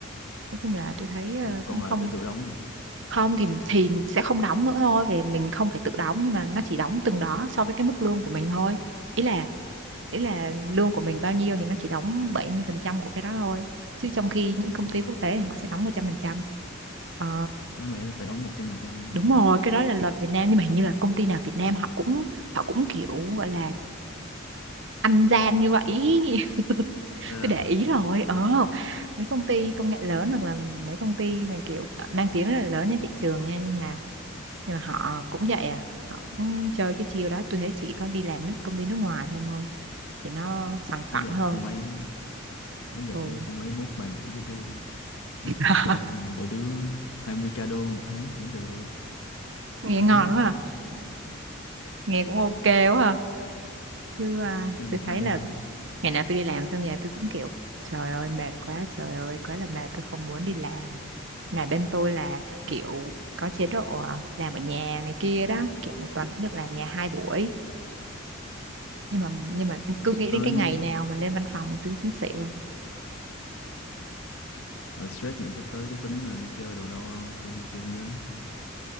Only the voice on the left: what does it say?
Ủa, còn
lại phải tự đóng à
ờ,
đáng lẽ là phải đóng một trăm phần trăm đó
thế à
<laughs>
nếu
vậy
không ấy nếu vậy
không ấy mốt bà nhảy với tôi đi đặt
mục tiêu mỗi đứa hai mươi k đô một tháng cũng được
thiệt
á
tiêu
một
năm
đi
rồi,
rồi
sắp
tới
Rồi stress vậy sắp tới có tính là đi chơi đồ đâu không? Cho đi chung với.